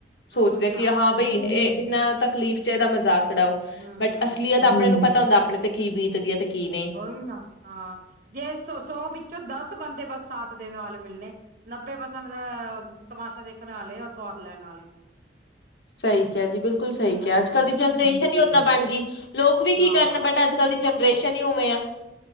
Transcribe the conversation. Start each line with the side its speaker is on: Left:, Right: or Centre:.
Left: ਸੋਚਦੇ
Right: ਉਹੀ ਨਾ
Left: ਕਿ ਹਾਂ ਬਈ ਇਹ ਇੰਨਾ ਤਕਲੀਫ਼ ਚ ਇਹਦਾ ਮਜ਼ਾਕ ਕਰਾਓ
Right: ਹਮ
Left: ਬਟ ਅਸਲੀ ਆਪਣੇ ਨੂੰ ਪਤਾ ਹੁੰਦਾ ਆਪਣੇ ਤੇ ਕੀ ਬੀਤਦੀ ਹੈ ਤੇ ਕੀ ਨਹੀਂ
Right: ਹੋਈ ਨਾ ਹਾਂ ਜੇ ਸੋ ਸੌ ਵਿੱਚੋਂ ਦਸ ਬੰਦੇ ਬਸ ਸਾਤ ਦੇਣ ਵਾਲ ਮਿਲਣੇ ਨੱਬੇ ਬਸ ਤਮਾਸ਼ਾ ਦੇਖਣ ਵਾਲੇ ਉਹ ਸਵਾਦ ਲੈਣ ਵਾਲੇ
Left: ਸਹੀ ਕਿਹਾ ਜੀ ਬਿਲਕੁਲ ਸਹੀ
Right: ਹੂੰ
Left: ਕਿਹਾ ਅੱਜ ਕੱਲ੍ਹ ਦੀ ਜਨਰੇਸ਼ਨ ਹੀ ਓਦਾਂ ਬਣ ਗਈ ਲੋਕ ਵੀ ਕੀ
Right: ਹਾਂ
Left: ਕਰਨ ਬਟ ਅੱਜ ਕੱਲ੍ਹ ਦੀ ਜਨਰੇਸ਼ਨ ਹੀ ਉਵੇਂ ਆ